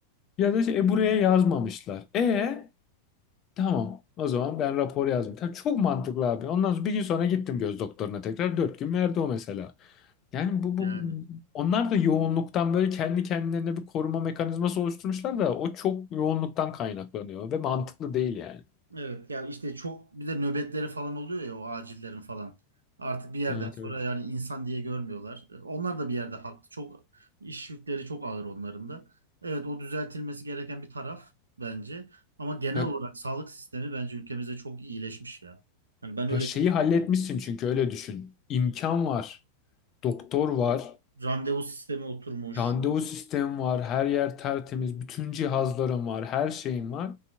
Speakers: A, on the left; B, on the right.
A: Ya da şey, "E, buraya yazmamışlar. E tamam o zaman ben rapor yazdım. Tabii çok mantıklı abi. Ondan sonra bir gün sonra gittim göz doktoruna tekrar. Dört gün verdi o mesela. Yani bu,
B: Yani.
A: bu onlar da yoğunluktan böyle kendi kendilerine bir koruma mekanizması oluşturmuşlar da o çok yoğunluktan kaynaklanıyor ve mantıklı değil yani.
B: Evet ya işte çok bir de nöbetleri falan oluyor ya o acillerin falan. Artık bir yerden
A: Evet
B: sonra
A: evet.
B: yani insan diye görmüyorlar. E, Onlar da bir yerde haklı. Çok iş yükleri çok ağır onların da. Evet o düzeltilmesi gereken bir taraf bence. Ama genel
A: Ya
B: olarak sağlık sistemi bence ülkemizde çok iyileşmiş ya. Hani ben öyle
A: Ya şeyi
B: görüyorum.
A: halletmişsin çünkü öyle düşün. İmkan var, doktor var,
B: Randevu sistemi oturmuş.
A: Randevu sistemi var, her yer tertemiz, bütün cihazların var, her şeyin var.